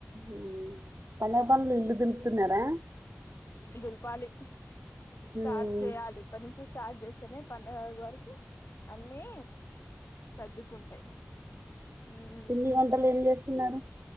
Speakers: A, on the right; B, on the left.
A: హ పండె పనులు ఇల్లు దిలుపుతున్నారా
B: సూపాాలి స్టార్జే
A: ఉమ్,
B: యాలి తను కొంచ స్టార్ట్ చేస్తానే పండగలవరకీ అన్నీ సర్దుకుంటాయి మ్మ్
A: పిన్ని వంటలు ఏం చేస్తున్నారు